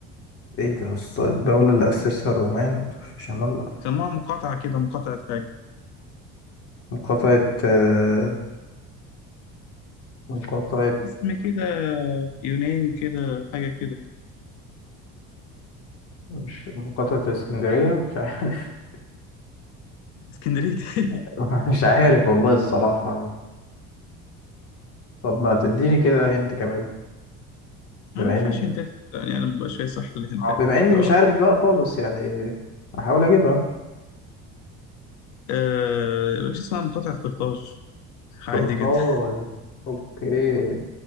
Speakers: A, on the left (about 55°); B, on the left (about 75°).
A: إيه ده يا أسطى؟ الدولة اللي أسسها الرومان في شمال
B: سموها مقاطعة كده مقاطعة حاجة
A: مقاطعة آه... مقاطعة
B: اسم كده يوناني كده حاجة كده يعني
A: مش مقاطعة اسكندرية مش عارف
B: اسكندريه <laughs>
A: <laughs> مش عارف والله الصراحة طب ما تديني كده هنت كمان بما
B: اه ما فيهاش
A: إني
B: هنتات يعني انا مبقاش فايق صح الهنتات
A: بما إني
B: اه
A: مش عارف بقى خالص يعني أحاول أجيبها
B: آه، مش اسمها مقاطعة قرطاج
A: قرطاج
B: عادي جدا
A: اوكي